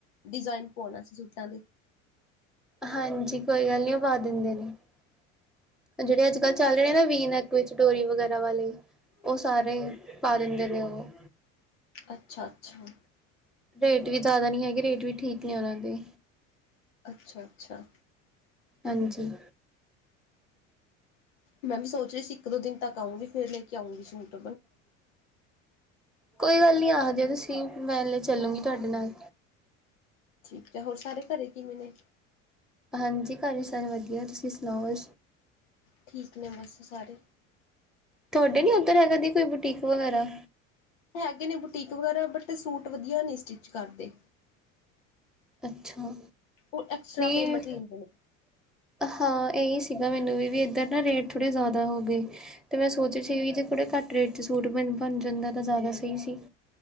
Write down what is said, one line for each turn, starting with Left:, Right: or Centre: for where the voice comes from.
Left: ਡਿਜ਼ਾਇਨ ਪੂਆਂਣਾ ਸੀ ਸੁੱਟਾ ਦੇ।
Centre: ਹਾਂਜੀ, ਕੋਈ ਗੱਲ ਨੀਂ ਓ ਪਾ ਦਿੰਦੇ ਨੇ ਜੇੜੇ ਅੱਜ-ਕੱਲ ਚੱਲ ਰੇਨੇ ਨਾ ਵੀ ਨੈਕ। ਕੋਈ ਸਟੋਰੀ ਵਗੈਰਾ ਵਾਲੇ, ਓ ਸਾਰੇ ਭਾਰਤ ਦੇ ਨੇ ਓਹ।
Left: ਅੱਛਾ-ਅੱਛਾ।
Centre: ਰੇਟ ਵੀ ਜਾਦਾ ਨੀਂ ਹੈਗੇ, ਰੇਟ ਵੀ ਠੀਕ ਹੀ ਨੇ ਓਨਾਂ ਦੇ।
Left: ਅੱਛਾ-ਅੱਛਾ।
Centre: ਹਾਂਜੀ।
Left: ਮੈ ਵੀ ਸੋਚ ਰੀ ਸੀ, ਇੱਕ ਦੋ ਦਿਨ ਤੱਕ ਆਉਗੀ ਫਿਰ ਲੈ ਕੇ ਆਉਂਗੀ ਸੂਟ।
Centre: ਕੋਈ ਗੱਲ ਨਈਂ, ਆ ਜੇਯਾ ਤੁਸੀ ਮੈਂ ਲੇ ਚੱਲੂਗੀ ਤੁਆਡੇ ਨਾਲ।
Left: ਠੀਕ ਯਾ, ਹੋਰ ਸਾਰੇ ਘਰੇ ਕਿਵੇਂ ਨੇ?
Centre: ਹਾਂਜੀ, ਘਰੇ ਸਰ ਵਧੀਆ ਤੁਸੀਂ ਸੁਣਾਓ।
Left: ਠੀਕ ਨੇ ਬਸ, ਸਾਰੇ।
Centre: ਥੋਡੇ ਨੀਂ ਓਦਰ ਹੈਗਾ ਦੀ ਕੋਈ ਬੁਟੀਕ ਵਗੈਰਾ?
Left: ਹੈਗੇ ਨੇ ਬੁਟੀਕ ਵਗੈਰਹ ਬਟ, ਸੂਟ ਵਧੀਆ ਨੀਂ ਸਟਿਚ ਕਰਦੇ।
Centre: ਅੱਛਾ,
Left: ਉਹ ਐਕਸਟਰਾ
Centre: ਨੀਂ
Left: ਪੇਮੈਂਟ ਲੈਂਦੇ ਨੇ
Centre: ਹਾਂ, ਏਈ ਸੀਗਾ ਮੈਨੂੰ ਵੀ ਏਦਾਂ ਨਾ ਰੇਟ ਥੋੜੇ ਜਾਦਾ ਹੋਗੇ ਤੇ ਮੈਂ ਸੋਚ ਰਈ ਸੀ ਜੇ ਥੋੜੇ ਘੱਟ ਰੇਟ ਚ ਸੂਟ ਬਣ ਜਾਂਦਾ ਤਾਂ ਜਾਦਾ ਸਈ ਸੀ।